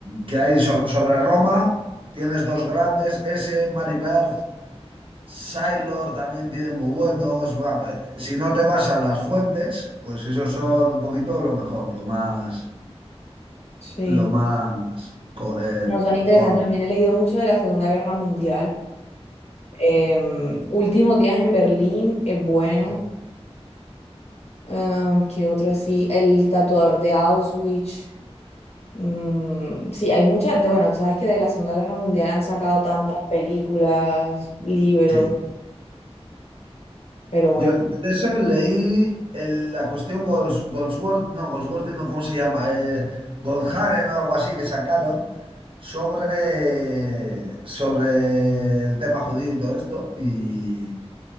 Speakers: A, on the right; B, on the left.
A: que hay sobre, sobre Roma. Tienes dos grandes, ese, Mary Berth, Sailor también tiene muy buenos. Buah, ve- si no te vas a las fuentes, pues esos son un poquito lo mejor, lo más,
B: Sí.
A: lo más, co- el-
B: No son interesantes.
A: con-
B: También he leído mucho de la Segunda Guerra Mundial. Em, Últimos días en Berlín es bueno.
A: <laughs>
B: Em, ¿qué otro así? El tatuador de Auschwitz. Mm, sí, hay muchas, de, bueno, tú sabes que de la Segunda Guerra Mundial han sacado tantas películas, libros,
A: Sí.
B: pero bueno,
A: Yo de eso leí el- la cuestión Golds- Goldsworth, no, Goldsworth no, ¿cómo se llama? Eh, Goldhagen o algo así que sacaron sobre, sobre el tema judío y todo esto. Y,